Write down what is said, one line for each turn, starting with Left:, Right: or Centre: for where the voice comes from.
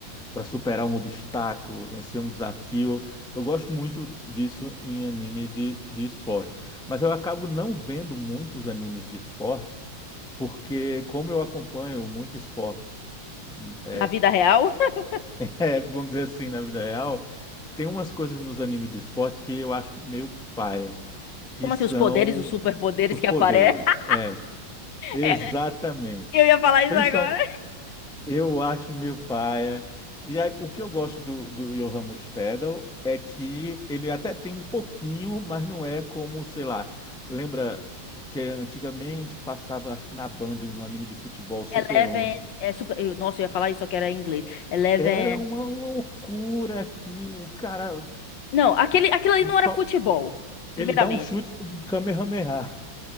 Centre: para superar um obstáculo, vencer um desafio. Eu gosto muito disso em anime de, de esporte. Mas eu acabo não vendo muitos animes de esporte, porque como eu acompanho muito esporte, <laughs>
Left: na vida real. <laughs>
Centre: é, vamos dizer assim, na vida real, tem umas coisas nos animes de esporte que eu acho meio paia que
Left: Como
Centre: são
Left: assim, os poderes, os superpoderes
Centre: os
Left: que
Centre: poderes.
Left: aparecem? <laughs>
Centre: É, exatamente.
Left: É, Eu ia falar isso
Centre: Principalmente,
Left: agora.
Centre: eu acho meio paia. E aí, o que eu gosto do, do Johan Muspedal é que ele até tem um pouquinho, mas não é como, sei lá, lembra que antigamente passava, acho que na Band, um anime de futebol, Super
Left: Eleven.
Centre: 11.
Left: É super... eu- Nossa, eu ia falar isso, só que era em inglês. Eleven.
Centre: Era uma loucura aquilo, o cara.
Left: Não, aquele, aquilo ali não era
Centre: Só,
Left: futebol, primeiramente.
Centre: ele dá um chute do um Kamehameha.